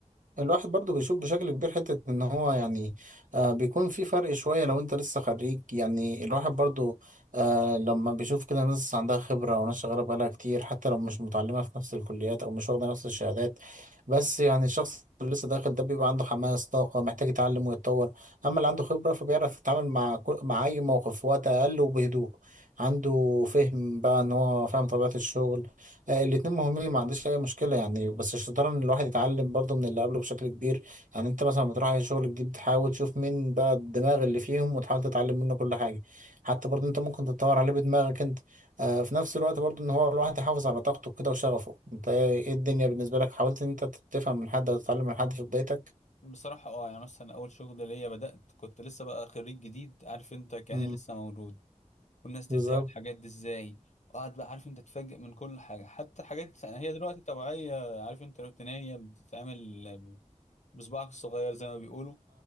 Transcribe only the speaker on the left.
بصراحه اه يعني مثلا اول شغل ليا بدات كنت لسه بقى خريج جديد عارف انت كاني
لسه مولود والناس دي
بتعمل الحاجات دي ازاي وقعد بقى عارف انت تتفاجئ من كل حاجه حتى حاجات هي دلوقتي طبيعيه عارف انت روتينيه بتتعمل بصباعك الصغير زي ما بيقولوا